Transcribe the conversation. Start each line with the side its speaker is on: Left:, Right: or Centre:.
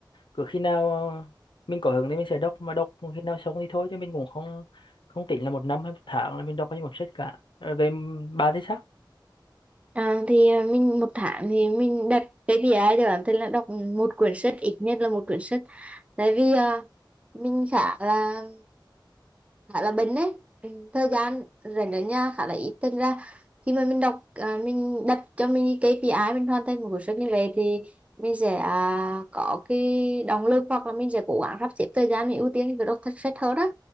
Left: cứ khi nào ờ, mình có hứng thì mình sẽ đọc mà đọc khi nào xong thì thôi chứ mình cũng không không tính là một năm hay một tháng là mình đọc bao nhiêu cuốn sách cả Ờ, về m- bạn thì sao
Right: À, thì à, mình một tháng thì mình đặt cái KPI cho bản thân là đọc một quyển sách ít nhất là một quyển sách tại vì à, mình khá là khá là bận đấy Ừ, thời gian rảnh ở nhà khá là ít thành ra khi mà mình đọc à, mình đặt cho mình cái KPI mình hoàn thành một cuốn sách như vậy thì mình sẽ à, có cái động lực hoặc là mình sẽ cố gắng sắp xếp thời gian mình ưu tiên việc đọc sách sách hơn đó